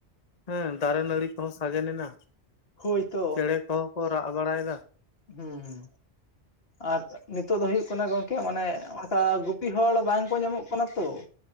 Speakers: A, on the left; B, on the left.
A: ᱦᱮᱸ ᱫᱟᱨᱮ ᱱᱟᱹᱲᱤ ᱠᱚ ᱥᱟᱜᱮᱱ ᱮᱱᱟ,
B: ᱦᱳᱭᱛᱚ
A: ᱪᱮᱬᱮ ᱠᱚᱦᱚᱸ ᱠᱚ ᱨᱟᱜ ᱵᱟᱲᱟᱭᱮᱫᱟ᱾
B: ᱦᱮᱸ ᱦᱩᱸ ᱟᱨ ᱱᱤᱛᱚᱜ ᱫᱚ ᱦᱩᱭᱩᱜ ᱠᱟᱱᱟ ᱜᱚᱝᱠᱮ ᱚᱱᱮ ᱚᱱᱠᱟ ᱜᱩ ᱯᱤ ᱦᱚᱲ ᱵᱟᱝᱠᱚ ᱧᱟᱢᱚᱜ ᱠᱟᱱᱟ ᱛᱚ,